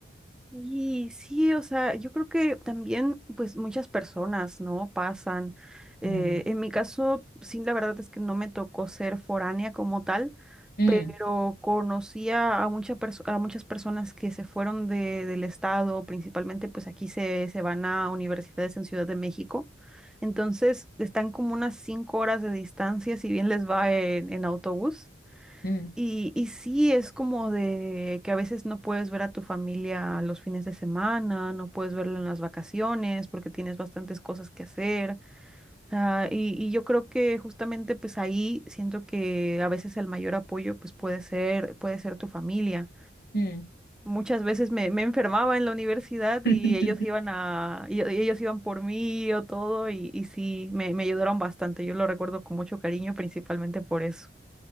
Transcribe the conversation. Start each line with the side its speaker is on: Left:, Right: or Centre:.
Centre: Y sí, o sea, yo creo que también, pues muchas personas, ¿no? Pasan. Eh,
Left: Mm,
Centre: en mi caso, sí, la verdad es que no me tocó ser foránea como tal
Left: mm,
Centre: pero conocía a, mucha perso- a muchas personas que se fueron de- del estado, principalmente pues aquí se, se van a universidades en Ciudad de México, entonces están como unas cinco horas de distancia, si bien les va en, en autobús.
Left: mm,
Centre: Y, y sí, es como de que a veces no puedes ver a tu familia los fines de semana, no puedes verla en las vacaciones porque tienes bastantes cosas que hacer sea, y, y yo creo que justamente pues ahí siento que a veces el mayor apoyo pues puede ser, puede ser tu familia.
Left: mm.
Centre: Muchas veces me, me enfermaba en la universidad
Left: <laughs>
Centre: y ellos iban a, y- y ellos iban por mí o todo y, y sí, me, me ayudaron bastante. Yo lo recuerdo con mucho cariño, principalmente por eso.